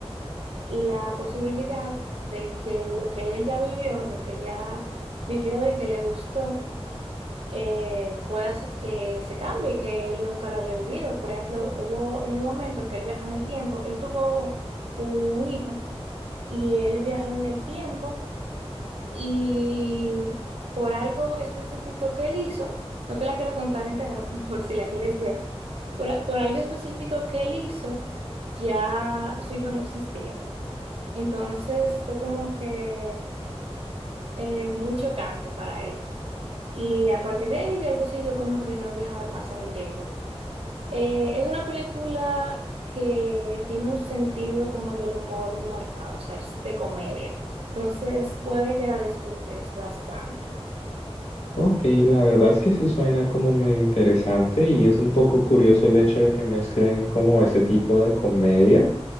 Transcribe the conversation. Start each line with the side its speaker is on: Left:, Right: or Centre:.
Right: la posibilidad de que lo que él ya vivió, lo que ya vivió y que le gustó, eh, pueda s- que se cambie, que él nunca lo haya vivido. Por ejemplo, hubo en un momento que él viaja en el tiempo, él tuvo un hijo y él viajó en el tiempo y por algo específico que él hizo, no te la quiero contar entera <laughs> por si la quieres ver, por, a- por algo específico que él hizo, ya su hijo no existía. Entonces fue como que eh, muy chocante para él. Y a partir de ahí ya él decidió como que no viajar más en el tiempo. Eh, es una película que tiene un sentido como del humor muy marcado, o sea, es de comedia. Entonces puede que la disfrutes bastante.
Left: Ok, la verdad es que sí suena como medio interesante y es un poco curioso el hecho de que mezclen como ese tipo de comedia.